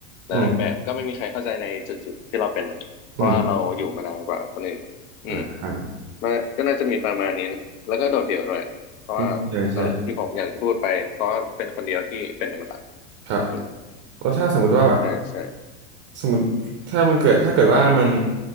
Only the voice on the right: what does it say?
อืม
อืมอ่าอ่า
อืมใช่ใช่ครับ
แล้วถ้าสมมุติว่าแบบ
สมมติถ้ามันเกิดถ้าเกิดว่ามัน